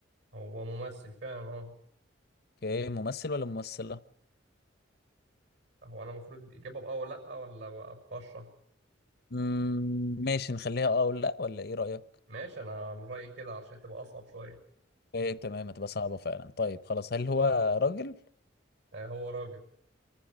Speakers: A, on the right (about 70°); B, on the left (about 55°).
A: هو ممثل فعلا اه
B: اوكي ممثل ولا ممثله
A: هو انا المفروض اجابه بأه ولا لا ولا بشرح
B: مم، ماشي نخليها اه ولا لا ولا ايه رايك
A: ماشي انا من رايي كده عشان تبقى اصعب شويه
B: اوكي تمام هتبقى صعبه فعلا طيب خلاص هل هو راجل
A: آه هو راجل